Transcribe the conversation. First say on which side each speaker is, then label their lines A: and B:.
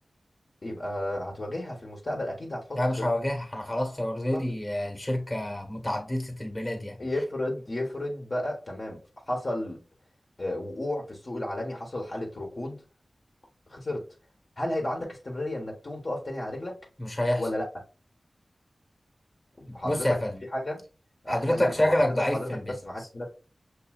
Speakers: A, on the left; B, on the left.
A: يبقى هتواجهها في المستقبل اكيد هتحط
B: لا مش هواجهها انا خلاص اوريدي
A: خطه
B: الشركة متعددة البلاد يعني
A: يفرض يفرض بقى تمام حصل آه، وقوع في السوق العالمي حصل حالة ركود خسرت هل هيبقى عندك استمرارية انك تقوم تقف تاني على رجلك
B: مش هيحصل
A: ولا لا
B: بص
A: حضرتك
B: يا فندم
A: في حاجة
B: حضرتك
A: آه، تمام
B: شكلك
A: هو حضرتك
B: ضعيف
A: حضرتك
B: في البيزنس
A: بس ما حدش